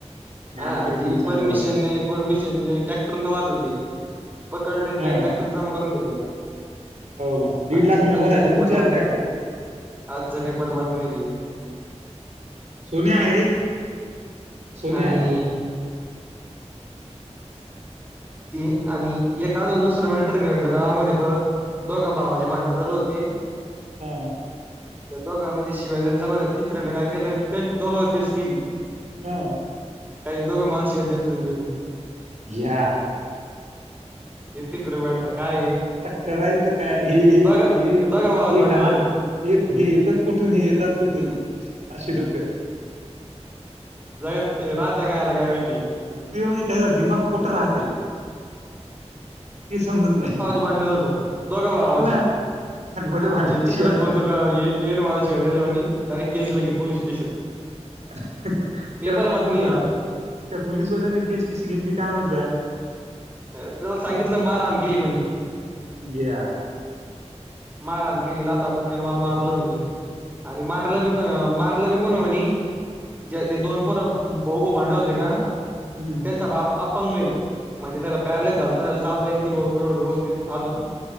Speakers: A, on the right (about 85°); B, on the right (about 15°).
A: नाही
B: ह
A: आमच्याकडे
B: ती
A: दिवसा
B: परमिशन
A: नाही ओळख
B: नाही परमिशन नाही टॅक्टर न वाहत होती पकडतेेन
A: हा
B: टॅक्टर जमा करून घेतला य
A: हो का दीड
B: आजच्या,
A: लाख रुपये
B: आजच्या
A: भरायचा
B: पेपर
A: आणि उचलायचं
B: ला
A: ट्रॅक्टर
B: होत आजच्या पेपर ला बातमी आली
A: सोन्या आहे रे सोन्या
B: आणि
A: आहे.
B: ते आणि हे एक आजुन दुसरं मॅटर घेटलं का मधे परत दोघा भावाची भांडणं चालू होते. ते
A: हम.
B: त्या दोघांमध्ये शिव्या दयायला चालू होत तिसऱ्यांना काय केलं त्या दोघावर केस केली.
A: हा
B: का हे दोघ मला शिव्या देत होते म्हणून
A: घ्या
B: इतके सर्व मॅटर काय
A: आता करायचं काय हे
B: दोघा
A: हे हे
B: दोघा भावाची भांडणं
A: एक ह
B: चालू
A: एक हे येतात कुठून हे येतात कुठून आशे लोक ह
B: जगात राहत्या काय याला काय माहिती
A: ते म्हणजे त्याचा दिमाग कोठ राहत ते ते समजत नाही.
B: झालो दोघ भावाचे
A: हो ना मला भांडणाची
B: आणि तिसराच
A: वाटी
B: कोणतर
A: द्या
B: का येन भावाची <unintelligible> केस लागे पोललीस स्टेशन
A: त्या
B: पेपरला बातमी
A: पुलिसवाल्या
B: या.
A: त्या पुलिसवाल्याने केस कशी घेतली काय माहित बा <inaudible>
B: तेव्ह सांगितलं मारहान केली म्हणे
A: <inaudible>
B: मार हान केली लाता बुक्क्या न मला मारलं म्हणी आणि मारलं बी अ मारलं बी कोण म्हणी ज ते दोन फोर भाऊ भाऊ भांडत होते का?
A: हम्म
B: त्यांचा बाप पंगई म्हणजे त्याला पॅरलास झालता त्याला चालता येत नाही एवढं व्यवस्थित अजून